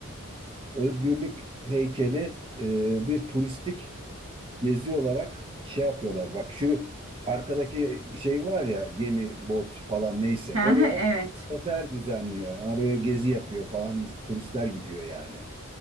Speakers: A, on the right; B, on the right.
A: Özgürlük heykeli e, bir turistik gezi olarak şey yapıyorlar. Bak şu arkadaki şey var ya gemi, bot falan neyse
B: Hı
A: oraya
B: hı, evet.
A: sefer düzenliyor. oraya gezi yapıyor falan turistler gidiyor yani